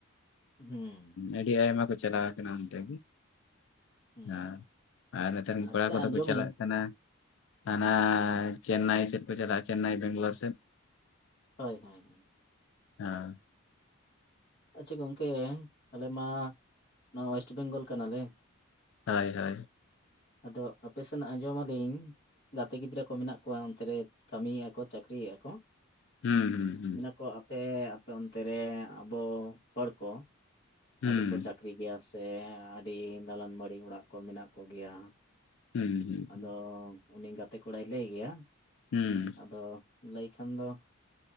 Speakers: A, on the left; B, on the left.
A: ᱦᱩᱸ
B: ᱟᱹᱰᱤ ᱟᱭᱢᱟ ᱠᱚ ᱪᱟᱞᱟᱣ ᱠᱟᱱᱟ ᱚᱱᱛᱮ᱾
A: ᱦᱩᱸ
B: ᱟᱸ ᱟᱨ ᱱᱮᱛᱟᱨ ᱨᱮᱱ
A: ᱟᱪᱪᱷᱟ
B: ᱠᱚᱲᱟ ᱠᱚᱫᱚ
A: ᱟᱸᱡᱚᱢᱟᱹᱧ
B: ᱠᱚ ᱪᱟᱞᱟᱜ ᱠᱟᱱᱟ ᱦᱟᱱᱟ ᱪᱮᱱᱟᱭ ᱥᱮᱜ ᱠᱚ ᱪᱟᱞᱟᱜ-ᱟ ᱪᱮᱱᱱᱟᱭ ᱵᱮᱝᱞᱩᱨ ᱥᱮᱫ᱾
A: ᱦᱳᱭ ᱦᱳᱭ᱾
B: ᱦᱮᱸ᱾
A: ᱟᱪᱪᱷᱟ ᱜᱚᱝᱠᱮ ᱟᱞᱮ ᱢᱟ ᱱᱚᱣᱟ ᱚᱭᱮᱥᱴ ᱵᱮᱝᱜᱚᱞ ᱠᱟᱱᱟᱞᱮ᱾
B: ᱦᱳᱭ ᱦᱳᱭ᱾
A: ᱟᱫᱚ ᱟᱯᱮ ᱥᱮᱱᱟᱜ ᱟᱸᱡᱚᱢ ᱟᱞᱤᱧ ᱜᱟᱛᱮ ᱜᱤᱫᱽᱨᱟᱹ ᱠᱚ ᱢᱮᱱᱟᱜ ᱠᱚᱣᱟ ᱚᱱᱛᱮ ᱨᱮ ᱠᱟᱹᱢᱤᱭᱮᱜ-ᱟ ᱠᱚ ᱪᱟᱹᱠᱨᱤᱭᱮᱜ-ᱟ ᱠᱚ᱾
B: ᱦᱩᱸ ᱦᱩᱸ ᱦᱩᱸ᱾
A: ᱢᱮᱱᱟ ᱠᱚ ᱟᱯᱮ ᱟᱯᱮ ᱚᱱᱛᱮ ᱨᱮ ᱟᱵᱚ ᱦᱚᱲ ᱠᱚ
B: ᱦᱩᱸ
A: ᱟᱹᱰᱤ ᱠᱚ ᱪᱟᱹᱠᱨᱤ ᱜᱮᱭᱟ ᱥᱮ ᱟᱹᱰᱤ ᱫᱟᱞᱟᱱ ᱵᱟᱲᱤ ᱚᱲᱟᱜ ᱠᱚ ᱢᱮᱱᱟᱜ ᱠᱚᱜᱮᱭᱟ᱾
B: ᱦᱩᱸ ᱦᱩᱸ
A: ᱟᱫᱚ ᱩᱱᱤ ᱜᱟᱛᱮ ᱠᱚᱲᱟᱭ ᱞᱟᱹᱭ ᱜᱮᱭᱟ᱾
B: ᱦᱩᱸ᱾
A: ᱟᱫᱚ ᱞᱟᱹᱭ ᱠᱷᱟᱱ ᱫᱚ